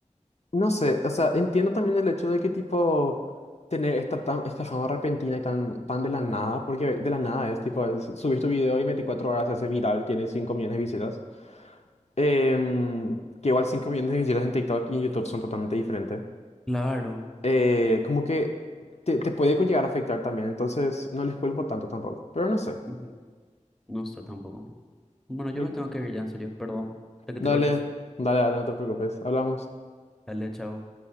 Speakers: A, on the left (about 55°); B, in the centre.
A: No sé, o sea, entiendo también el hecho de que tipo tener esta, tan, esta fama repentina y tan, tan de la nada, porque de la nada es tipo, es- subís tu video y en 24 horas se hace viral, tiene 5 millones de visitas. Em, que igual 5 millones de visitas en TikTok y en YouTube son totalmente diferentes.
B: Claro.
A: Eh, como que te, te puede llegar a afectar también, entonces no les culpo tanto tampoco, pero no sé.
B: ujú, No está tampoco. Bueno,
A: Creo
B: yo me
A: que-
B: tengo que ir ya, en serio, perdón, de que
A: Dale,
B: te corte así.
A: dale, dale, no te preocupes, hablamos.
B: Dale, chao.